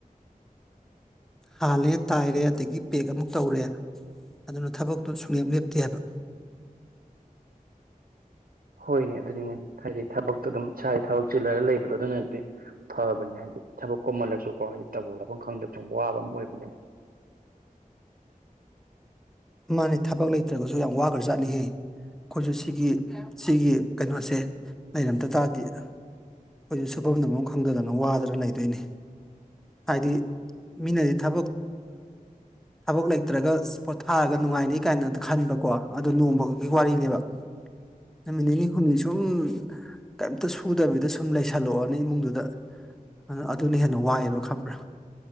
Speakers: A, in the centre; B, on the right.
A: ꯍꯥꯜꯂꯦ ꯇꯥꯏꯔꯦ ꯑꯗꯒꯤ ꯄꯦꯛ ꯑꯃꯨꯛ ꯇꯧꯔꯦ ꯑꯗꯨꯅ ꯊꯕꯛꯇꯣ ꯁꯨꯡꯂꯦꯞ ꯂꯦꯞꯇꯦ ꯍꯥꯏꯕ
B: ꯍꯣꯏꯅꯦ ꯑꯗꯨꯅꯤꯅꯦ ꯍꯥꯏꯗꯤ ꯊꯕꯛꯇꯣ ꯑꯗꯨꯝ ꯁ ꯊꯕ ꯆꯤꯜꯂꯒ ꯂꯩꯕꯗꯣ ꯑꯗꯨꯅꯗꯤ ꯐꯕꯅꯦ ꯍꯥꯏꯗꯤ ꯊꯕꯛ ꯀꯣꯃꯜꯂꯁꯨꯀꯣ ꯍꯥꯏꯗꯤ ꯇꯧꯕ ꯂꯥꯛꯐꯝ ꯈꯪꯗꯕ ꯆꯕ ꯋꯥꯕ ꯑꯃ ꯑꯣꯏꯕꯅꯦꯕ
A: ꯃꯥꯅꯦ ꯊꯕꯛ ꯂꯩꯇ꯭ꯔꯒꯁꯨ ꯌꯥꯝ ꯋꯥꯈ꯭ꯔꯖꯥꯠꯅꯤꯍꯦ ꯑꯩꯈꯣꯏꯁꯨ ꯁꯤꯒꯤ ꯁꯤꯒꯤ ꯀꯩꯅꯣꯁꯦ ꯂꯩꯔꯝꯗ ꯇꯥꯔꯗꯤ ꯑꯩꯈꯣꯏꯁꯨ ꯁꯨꯐꯝꯗꯐꯝꯝ ꯈꯪꯗꯗꯅ ꯋꯥꯗꯅ ꯂꯩꯗꯣꯏꯅꯤ ꯍꯥꯏꯗꯤ ꯃꯤꯅꯗꯤ ꯊꯕꯛ ꯊꯕꯛ ꯂꯩꯇ꯭ꯔꯒ ꯊꯥꯔꯒ ꯅꯨꯡꯉꯥꯏꯅꯤ ꯀꯥꯏꯅ ꯈꯟꯕꯀꯣ ꯑꯗꯨ ꯅꯣꯡꯃꯒꯤ ꯋꯥꯔꯤꯅꯦꯕ ꯅꯨꯃꯤꯠ ꯅꯤꯅꯤ ꯍꯨꯝꯅꯤ ꯁꯨꯝ ꯀꯩꯝꯇ ꯁꯨꯗꯕꯤꯗ ꯁꯨꯝ ꯂꯩꯁꯜꯂꯛꯑꯣꯅꯦ ꯏꯃꯨꯡꯗꯨꯗ ꯑꯗꯨ ꯑꯗꯨꯅ ꯍꯦꯟꯅ ꯋꯥꯏꯑꯦꯕ ꯈꯪꯕ꯭ꯔꯥ